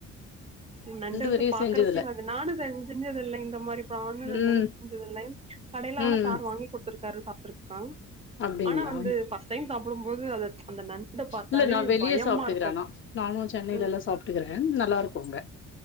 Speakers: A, on the right; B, on the left.
A: நண்டு வந்து
B: வரையு
A: பாக்குறக்கே
B: செஞ்சதில்ல
A: அது நானு செஞ்சஞ்சது இல்லங்க இந்த மாரி ப்ரானு
B: ம்
A: அந்தளவுக் செஞ்சதில்ல கடையில ஆனா
B: ம்
A: சார் வாங்கி குடுத்திருக்காரு சாப்டுருக்க
B: அப்டிங்களா
A: ஆனா வந்து ஃபஸ்ட் டைம் சாப்டும் போது அது அந்த நண்ட பாத்தாவே
B: இல்ல நா வெளிய
A: பயமா
B: சாப்ட்டுக்கற
A: இருக்கு
B: ஆனா நானு சென்னையிலல்லா
A: ம்
B: சாப்ட்டுக்கற நல்லா இருக்கு அங்க